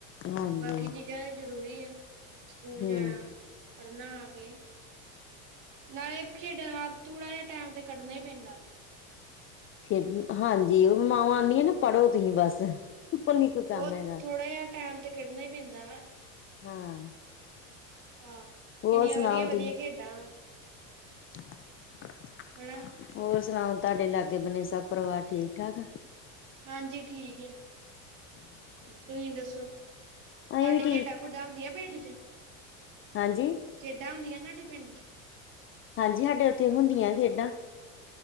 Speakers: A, on the left; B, on the right.
A: ਹਾਂਜੀ
B: ਬਾਕੀ ਚੀਜ਼ਾਂ ਤਾਂ ਜ਼ਰੂਰੀ ਐ, ਸਕੂਲ
A: ਹਮ
B: ਜਾਣਾ। ਪੜ੍ਹਨਾ ਕੇ, ਨਾਲੇ ਖੇਡਣ ਵਾਸ ਥੂੜਾ ਜਿਹਾ ਟੈਮ ਤੇ ਕੱਢਣਾ ਹੀ ਪੈਂਦਾ ਵਾ
A: ਡ ਹਾਂਜੀ, ਉਹ ਮਾਵਾਂ ਆਉਂਦੀਆਂ ਨੇ ਪੜ੍ਹੋ ਤੁਸੀਂ ਬਸ। ਕੋਲ ਨੀ ਕੋਈ ਕੰਮ
B: ਉਹ
A: ਹੈਗਾ
B: ਥੋੜਾ ਜਿਹਾ ਟੈਮ ਤੇ ਕੱਢਣਾ ਹੀ ਪੈਂਦਾ ਵਾ।
A: ਹਾਂ।
B: ਹਾਂ,
A: ਹੋਰ
B: ਕਿੰਨੀਆਂ
A: ਸੁਣਾਓ
B: ਵਧੀਆ-ਵਧੀਆ
A: ਤੁਸੀਂ
B: ਖੇਡਾਂ ਵਾ।
A: <inaudible>
B: ਹਨਾ
A: ਹੋਰ ਸੁਣਾਓ, ਤੁਹਾਡੇ ਲਾਗੇ ਬਣੇ ਸਭ ਪਰਿਵਾਰ ਠੀਕ ਠਾਕ।
B: ਹਾਂਜੀ, ਠੀਕ ਆ।
A: <unintelligible>
B: ਤੁਸੀਂ ਦੱਸੋ,
A: ਅਸੀਂ
B: ਤੁਹਾਡੇ
A: ਵੀ ਠੀਕ
B: ਖੇਡਾਂ-ਖੁਡਾਂ ਹੁੰਦੀਆਂ ਪਿੰਡ ਚ।
A: ਹਾਂਜੀ।
B: ਖੇਡਾਂ ਹੁੰਦੀਆਂ ਤੁਹਾਡੇ ਪਿੰਡ ਚ?
A: ਹਾਂਜੀ, ਸਾਡੇ ਉੱਥੇ ਹੁੰਦੀਆਂ ਖੇਡਾਂ।